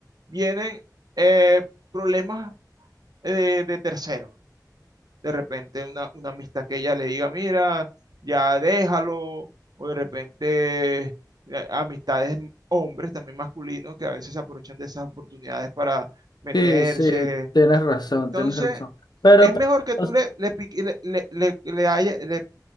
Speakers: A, on the right; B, on the left.
A: vienen eh, problemas eh, de terceros de repente una, una amistad que ella le diga, mira, ya déjalo, o de repente eh, amistades hombres también masculinos que a veces se aprovechan de esas oportunidades para meterse.
B: Sí, sí, tienes razón,
A: Entonces,
B: tienes razón. Pero,
A: es
B: pero,
A: mejor que
B: o-
A: tú le, le, pique- le, le, le, le haya- le-